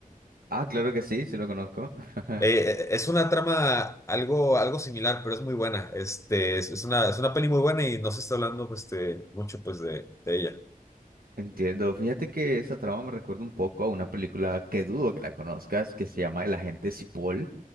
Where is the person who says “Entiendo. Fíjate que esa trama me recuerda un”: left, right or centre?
Right